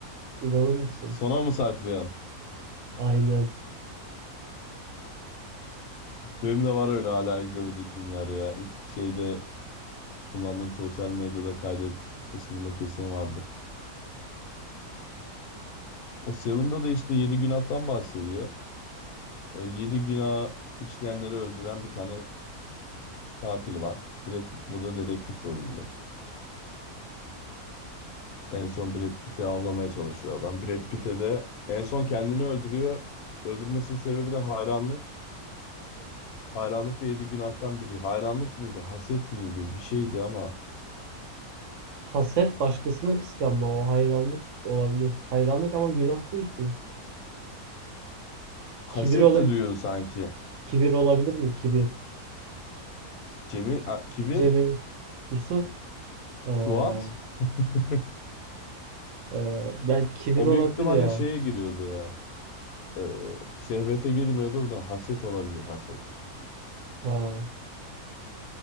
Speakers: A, on the right (about 65°); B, on the left (about 75°).
A: e, İnanır mısın?
B: Sona mı saklıyor?
A: Aynen.
B: Benim de var öyle hala izlemediğim filmler ya. İns- Şeyde kullandığım sosyal medyada kaydet kısmında kesin vardır. O Seven'da da işte yedi günahtan bahsediyor. E, yedi günah işleyenleri öldüren bir tane katil var. Brad Pitt burada dedektif rolünde. En son Brad Pitt'i avlamaya çalışıyor adam. Brad Pitt'e de en son kendini öldürüyor. Öldürmesinin sebebi de hayranlık. Hayranlık da yedi günahtan biri. Hayranlık mıydı, haset miydi? Bir şeydi ama
A: Haset başkasını kıskanma. O hayranlık olabilir. Hayranlık ama günah değil ki.
B: haset
A: Kibir, ola
B: de duyuyordu sanki.
A: kibir olabilir mi? Kibir.
B: Cemil, a, kibir
A: Cemil. Yusuf. Ee,
B: Suat <laughs>
A: ee, ben kibir
B: o
A: olabilir
B: büyük ihtimalle
A: ya.
B: şeye giriyordu ya. Ee, şehvete girmiyordur da haset olabilir haset.
A: Ha,